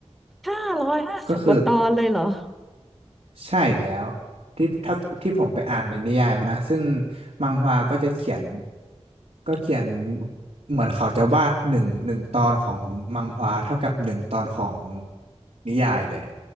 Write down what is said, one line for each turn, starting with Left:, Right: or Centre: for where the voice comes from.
Centre: ห้าร้อยห้าสิบกว่าตอนเลยเหรอ
Right: ก็คือ ใช่แล้วที่ถ้าที่ผมไปอ่านในนิยายมานะซึ่งมังฮวาก็จะเขียนก็เขียนเหมือนเขาจะวาดหนึ่งหนึ่งตอนของมังฮวาเท่ากับหนึ่งตอนของนิยายเลย